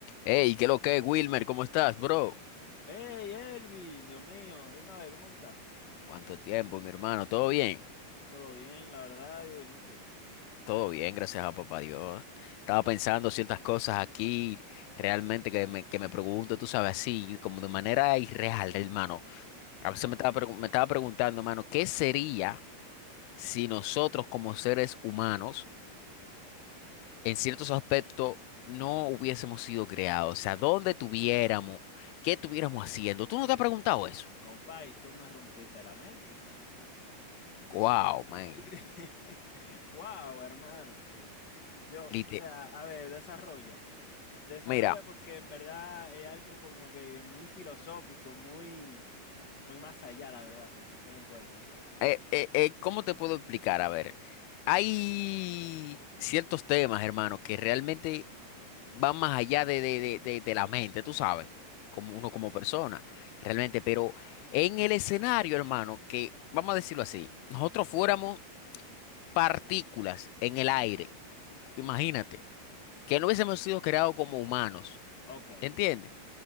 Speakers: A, on the left; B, on the left.
A: Hey, ¿qué lo que, Wilmer? ¿Cómo estás, bro?
B: Hey, Elvin, Dios mío, dime a ver, ¿cómo tú estás?
A: ¿Cuánto tiempo, mi hermano? ¿Todo bien?
B: Todo bien, la verdad, y dime tú.
A: Todo bien, gracias a papá Dios. Estaba pensando ciertas cosas aquí, realmente que me, que me pregunto, tú sabes, así, como de manera irreal, hermano. A
B: Ujú.
A: veces me estaba, pregun- me estaba preguntando, hermano, ¿qué sería si nosotros como seres humanos, en ciertos aspectos, no hubiésemos sido creados? O sea, ¿dónde estuviéramos? ¿Qué estuviéramos haciendo? ¿Tú no te has preguntado eso?
B: Compay, tú me rompiste la mente.
A: Wow, man.
B: <laughs> Wow, hermano. Yo,
A: Lite-
B: o sea, a ver, desarrolla. Desarrolla
A: Mira.
B: porque en verdad es algo como que muy filosófico, muy, muy más allá, la verdad. Yo lo encuentro así.
A: Eh, eh, eh, ¿cómo te puedo explicar? A ver, hay ciertos temas, hermano, que realmente van más allá de, de, de, de- de la mente, tú sabes, como
B: Ujú.
A: uno como persona, realmente, pero en el escenario, hermano, que, vamos a decirlo así, nosotros fuéramos partículas en el aire, imagínate, que no hubiésemos sido creados como humanos,
B: Ok,
A: ¿entiendes?